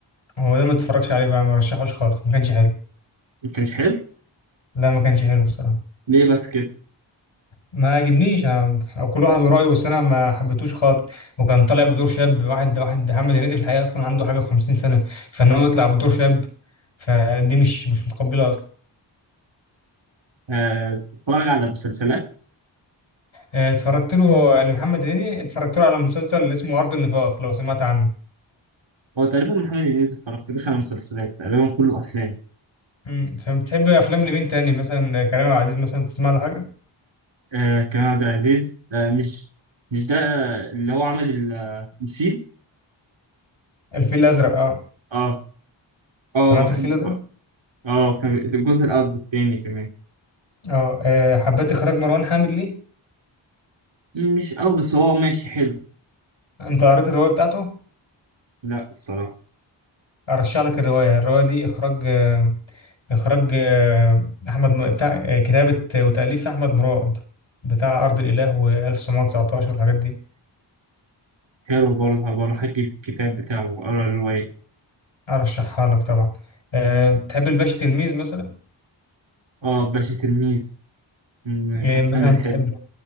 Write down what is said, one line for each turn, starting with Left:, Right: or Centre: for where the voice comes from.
Left: هو ده ما اتفرجش عليه بقى ما رشحوش خالص ما كانش حلو
Right: ما كانش حلو
Left: لا ما كانش حلو الصراحه
Right: ليه بس كده
Left: ما عجبنيش أنا- او كل واحد ورأيه بس انا ما حبيتهوش خالص وكان طالع بدور شاب واحد واحد محمد هنيدي في الحقيقه اصلا عنده حاجه و50 سنه فان هو يطلع بدور شاب فدي مش مش متقبله اصلا
Right: آه بتتفرج على مسلسلات
Left: آه، اتفرجت له لمحمد هنيدي اتفرجت له على مسلسل اسمه أرض النفاق لو سمعت عنه
Right: هو تقريبا محمد هنيدي ما اتفرجتلوش على مسلسلات تقريبا كله افلام
Left: امم بتحب افلام لمين تاني مثلا كريم عبد العزيز مثلا تسمع له حاجه
Right: آه كريم عبد العزيز آه مش مش ده اللي هو عمل ال- الفيل
Left: الفيل الازرق اه
Right: اه اه
Left: سمعت
Right: بحب
Left: الفيل الازرق
Right: اه فاهم. الجزء الاول والثاني كمان
Left: اه آه، حبيت اخراج مروان حامد ليه
Right: مش قوي بس هو ماشي حلو
Left: انت قريت الروايه بتاعته
Right: لا الصراحة
Left: ارشح لك الروايه الروايه دي اخراج آه، اخراج آه، احمد م- بتاع آه، كتابه وتاليف احمد مراد بتاع ارض الاله و1919 والحاجات دي
Right: حلو برضه هبقى أجيب الكتاب بتاعه وأقرا الرواية
Left: ارشحها لك طبعا آه، تحب الباشا تلميذ مثلا
Right: آه باشا تلميذ من
Left: يعني
Right: الأفلام
Left: مثلا
Right: الحلوة
Left: تحب